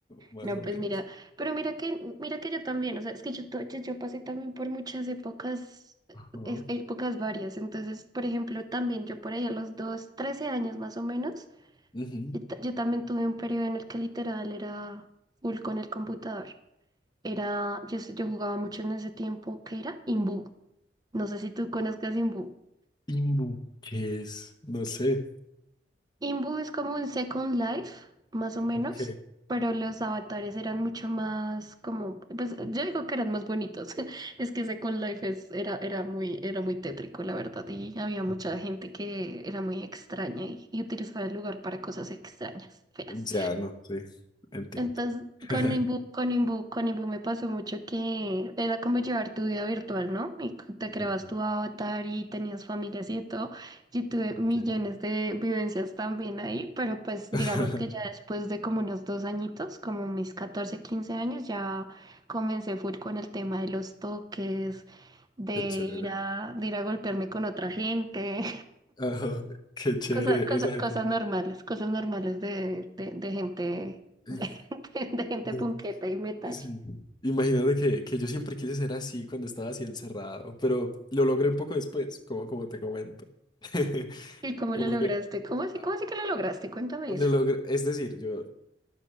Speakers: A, on the left; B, on the right.
A: más
B: No,
A: o
B: pues
A: menos.
B: mira, pero mira que, mira que yo también, o sea, es que yo, to- yo, yo pasé también por muchas épocas,
A: Ajá.
B: es- épocas varias, entonces, por ejemplo, también yo por ahí a los dos, 13 años más o menos,
A: Ujú.
B: yo, ta- yo también tuve un periodo en el que literal era full con el computador, era, yo, sé- yo jugaba mucho en ese tiempo que era Imbu, no sé si tú conozcas Imbu.
A: Imbu, ¿qué es? No sé.
B: Imbu es como un Second Life, más o menos,
A: Ok.
B: pero los avatares eran mucho más como, pues yo digo que eran más bonitos. <laughs> Es que Second Life es, era, era muy, era muy tétrico, la verdad, y había mucha
A: ok.
B: gente que era muy extraña y, y utilizaba el lugar para cosas extrañas, feas.
A: Ya, no, sí, entiendo.
B: Entonces,
A: <laughs>
B: con Imbu, con Imbu, con Imbu me pasó mucho que era como llevar tu vida virtual, ¿no? Y c- te creabas
A: Ok,
B: tu avatar y tenías familias y de todo. Yo tuve
A: ok.
B: millones de vivencias también ahí, pero pues
A: <laughs>
B: digamos que ya después de como unos dos añitos, como mis 14 15 años, ya comencé full con el tema de los toques, de
A: Qué chévere.
B: ir a, de ir a golpearme con otra gente
A: Ajá, qué chévere
B: cosas cosas
A: esa época.
B: cosas normales, cosas normales de, de, de gente, <laughs>
A: Eh,
B: de, gente de gente
A: No,
B: punqueta y metacha.
A: Sí. Imagínate que, que yo siempre quise ser así cuando estaba así encerrado, pero lo logré un poco después, como, como te comento. <laughs>
B: ¿Y cómo
A: Como
B: lo lograste?
A: que
B: ¿Cómo así,
A: ah,
B: cómo así que lo lograste? Cuéntame
A: lo
B: eso.
A: logré, es decir, yo